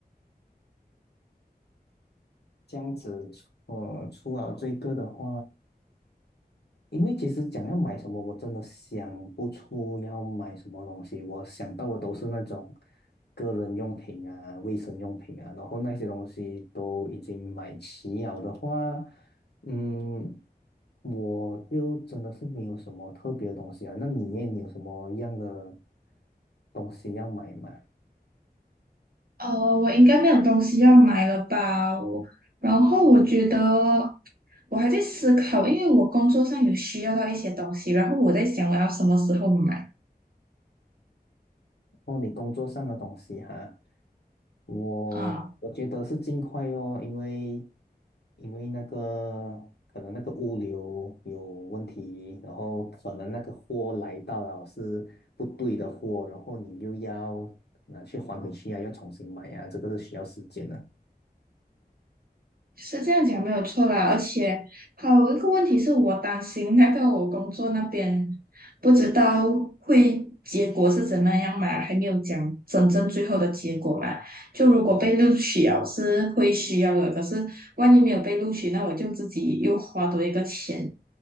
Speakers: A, on the left; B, on the right.
A: 这样子，呃，除了这个的话，因为其实讲要买什么，我真的想不出要买什么东西。我想到的都是那种个人用品啊、卫生用品啊，然后那些东西都已经买齐了的话，嗯，我就真的是没有什么特别的东西啊。那你耶，你有什么样的东西要买吗？
B: 呃，我应该没有东西要买了吧？我，然后我觉得我还在思考，因为我工作上有需要到一些东西，然后我在想我要什么时候买
A: 哦，你工作上的东西哈。我我觉得是尽快哦，
B: 啊，
A: 因为因为那个可能那个物流有问题，然后可能那个货来到了是不对的货，然后你又要拿去还回去啊，要重新买啊，这个是需要时间的。
B: 是这样讲没有错啦。而且还有一个问题是我担心那个我工作那边不知道会结果是怎么样嘛，还没有讲真正最后的结果嘛。就如果被录取了是会需要的，可是万一没有被录取，那我就自己又花多一个钱。